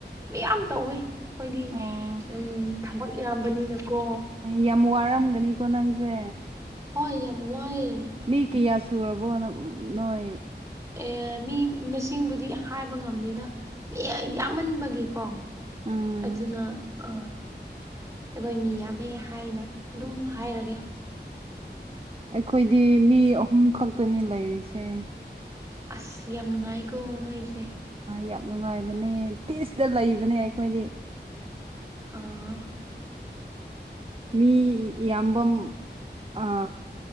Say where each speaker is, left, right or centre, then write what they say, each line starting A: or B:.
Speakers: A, on the right (about 15°); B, on the right (about 30°).
A: ꯃꯌꯥꯝ ꯇꯧꯋꯤ ꯑꯩꯈꯣꯏꯗꯤ
B: ꯑꯣ
A: ꯎ ꯊꯕꯛ ꯏꯌꯥꯝꯕꯅꯤꯅꯀꯣ
B: ꯌꯥꯝ ꯋꯥꯔꯝꯒꯅꯤꯀꯣ ꯅꯪꯁꯦ
A: ꯍꯣꯏ ꯌꯥꯝ ꯋꯥꯏꯌꯦ
B: ꯃꯤ ꯀꯌꯥ ꯁꯨꯔꯕꯣ ꯅꯣꯏ
A: ꯑꯦ ꯃꯤ ꯃꯁꯤꯡꯕꯨꯗꯤ ꯍꯥꯏꯕ ꯉꯝꯗꯦꯗ ꯃꯤ ꯌꯥꯝꯃꯟꯕꯒꯤꯀꯣ
B: ꯎꯝ
A: ꯑꯗꯨꯅ ꯑ ꯑꯩꯈꯣꯏ ꯃꯤ ꯌꯥꯝꯃꯦ ꯍꯥꯏꯅ ꯑꯗꯨꯝ ꯍꯥꯏꯔꯒꯦ
B: ꯑꯩꯈꯣꯏꯗꯤ ꯃꯤ ꯑꯍꯨꯝ ꯈꯛꯇꯅꯤ ꯂꯩꯔꯤꯁꯦ
A: ꯑꯁ ꯌꯥꯝ ꯅꯨꯡꯉꯥꯏꯀꯣ ꯅꯣꯏꯁꯦ
B: ꯌꯥꯝ ꯅꯨꯡꯉꯥꯏꯕꯅꯦ ꯄꯤꯁꯇ ꯂꯩꯕꯅꯦ ꯑꯩꯈꯣꯏꯗꯤ
A: ꯑꯥ
B: ꯃꯤ ꯌꯥꯝꯌꯥꯝꯕ ꯑ